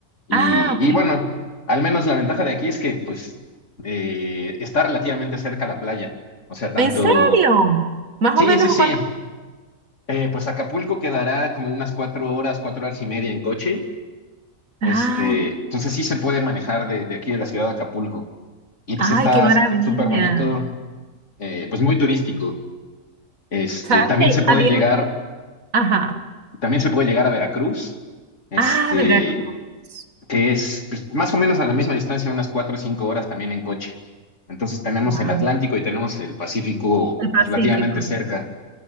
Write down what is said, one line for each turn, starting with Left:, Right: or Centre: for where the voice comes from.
Left: Y,
Right: Ah, ok.
Left: y bueno, al menos la ventaja de aquí es que pues eh, está relativamente cerca la playa. O sea, tanto...
Right: ¿En serio? Más
Left: Sí,
Right: o menos
Left: sí, sí.
Right: cuánto.
Left: Eh, pues Acapulco quedará como unas cuatro horas, cuatro horas y media en coche. Este,
Right: Ay,
Left: entonces sí se puede manejar de, de aquí de la ciudad de Acapulco. Y pues
Right: ay,
Left: está
Right: qué maravilla.
Left: súper bonito, eh, pues muy turístico. Este,
Right: ¿Sabes
Left: también
Right: qué?
Left: se puede
Right: Había...
Left: llegar,
Right: Ajá.
Left: también se puede llegar a Veracruz. Este,
Right: Ah, Veracruz.
Left: que es pues, más o menos a la misma distancia, unas cuatro o cinco horas también en coche. Entonces tenemos
Right: Wow.
Left: el Atlántico y tenemos el Pacífico
Right: El Pacífico.
Left: pues, relativamente cerca.